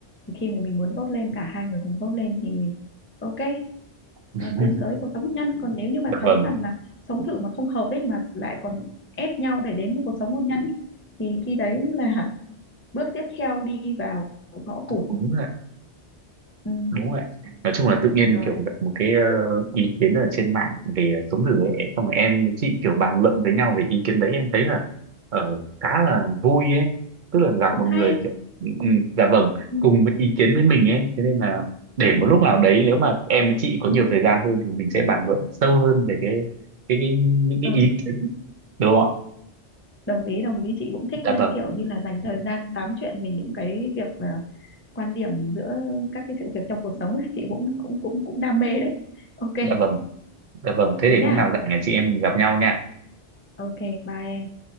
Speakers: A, on the left (about 15°); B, on the right (about 60°).
A: thì khi mà mình muốn tốt lên cả hai người cùng tốt lên thì ok
B: <laughs>
A: ờ, tiến tới cuộc sống hôn nhân còn nếu như mà
B: Dạ
A: thấy
B: vâng
A: rằng là sống thử mà không hợp ấy mà lại còn ép nhau để đến với cuộc sống hôn nhân ấy, thì khi đấy là <laughs> bước tiếp theo đi vào ngõ cụt
B: đúng ạ.
A: ừ,
B: đúng rồi ạ. nói chung là tự nhiên
A: rồi
B: kiểu gặp một cái ờ, ý kiến ở trên mạng về sống thử ấy xong rồi em với chị kiểu bàn luận với nhau về ý kiến đấy em thấy là uh, khá là vui ấy tức là gặp
A: cũng
B: một người
A: hay
B: kiểu ừ, ừ, dạ vâng
A: ừ,
B: cùng với ý kiến với mình ấy thế nên là để
A: ừ,
B: một lúc nào đấy nếu mà em với chị có nhiều thời gian hơn thì mình sẽ bàn luận sâu hơn về cái cái, cái những cái
A: ừ.
B: ý kiến đúng không ạ
A: đồng ý đồng ý chị cũng thích
B: dạ
A: ờ,
B: vâng
A: kiểu như là dành thời gian tám chuyện về những cái việc là quan điểm giữa các cái sự việc trong cuộc sống ấy. chị cũng cũng cũng cũng đam mê đấy ok
B: dạ vâng dạ vâng thế
A: thế
B: để lúc
A: nhá
B: nào rảnh là chị em mình gặp nhau nha
A: ok bye em